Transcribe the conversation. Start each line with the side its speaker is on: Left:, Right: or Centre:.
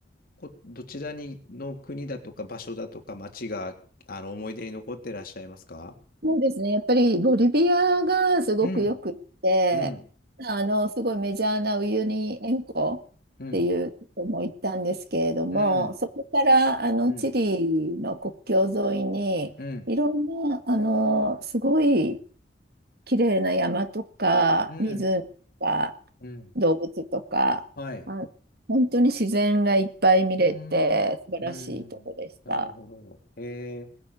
Left: こ、どちらに、の国だとか、場所だとか、町が、あの、思い出に残ってらっしゃいますか
Right: そうですね。やっぱりボリビアがすごくよくって、
Left: うん、うん、
Right: あの、すごいメジャーなウユニ塩湖っていうとこも行ったんですけれども、
Left: うん、うん、
Right: そこからあのチリの国境沿いに、
Left: うん、うん、
Right: いろんな、あの、すごい綺麗な山とか、
Left: うん、
Right: 湖とか、
Left: うん。
Right: 動物とか、
Left: はい。
Right: あ、本当に自然がいっぱい見れて、
Left: うーん、
Right: 素晴らしいとこでした。
Left: うーん、なるほど。えー、